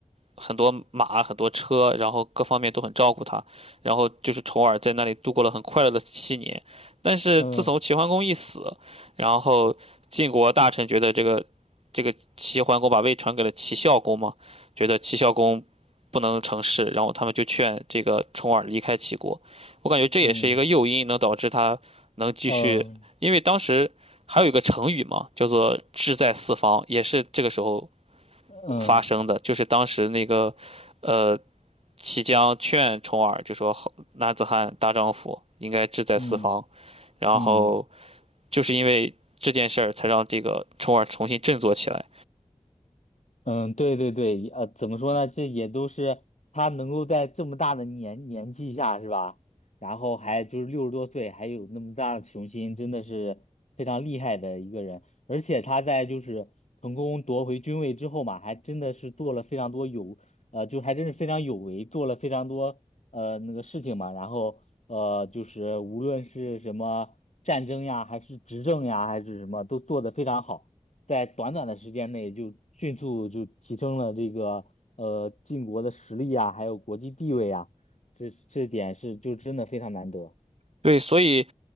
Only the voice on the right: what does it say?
很多马、很多车，然后各方面都很照顾他，然后就是重耳在那里度过了很快乐的七年。但是自从齐桓公一死，
然后晋国大臣觉得这个这个齐桓公把位传给了齐孝公嘛，觉得齐孝公不能成事，然后他们就劝这个重耳离开齐国。我感觉这也是一个诱因，
能导致他能继续，
因为当时还有一个成语嘛，叫做“志在四方”，也是这个时候
发生的，就是当时那个呃齐姜劝重耳，就说好男子汉大丈夫应该志在四方，
然后
就是因为这件事儿才让这个重耳重新振作起来。
对，所以